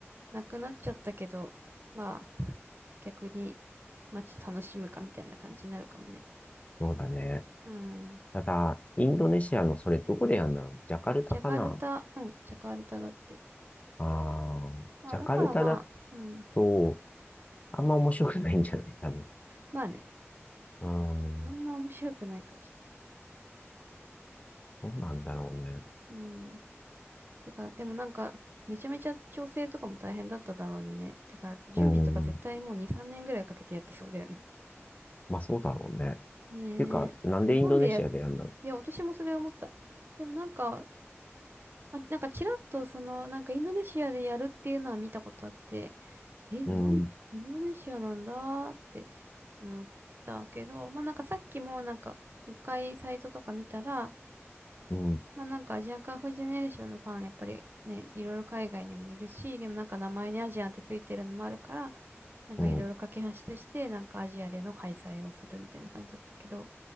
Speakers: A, on the right; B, on the left.
A: なくなっちゃったけど、まあ、<laughs> 逆に街楽しむかみたいな感じになるかもね。
B: そうだね。
A: うん。
B: ただ、インドネシアのそれどこでやるんだろうね。ジャカルタかな
A: ジャカルタ、うん、ジャカルタだって。
B: ああー、
A: まあだからまあ、
B: ジャカルタだ
A: うん。
B: と、あんま面白くないんじゃない多分。
A: まあね、
B: うーん。
A: あんま面白くないかもし
B: どうなんだろうね。
A: れない。うん。てか、でもなんか、めちゃめちゃ調整とかも大変だっただろうにね。てか、準備とか絶対もう2、
B: うーん。
A: 3年ぐらいかけてやってそうだよね。
B: まあそうだろうね。っ
A: ねえ。
B: ていうか、なんでインドネシアでやるの
A: 日本でやる。いや、私もそれ思った。でもなんか、まあ、なんかちらっとその、なんかインドネシアでやるっていうのは見たことあって、え、なん、
B: うん、
A: インドネシアなんだって思ったけど、まあなんかさっきもなんか、もう一回サイトとか見たら、
B: うん、
A: まあなんかアジアンカンフージェネレーションのファン、やっぱりね、いろいろ海外にもいるし、でもなんか名前にアジアンってついてるのもあるから、なんかいろいろ架け橋として、
B: うん。
A: なんかアジアでの開催をするみたいな感じだったけど、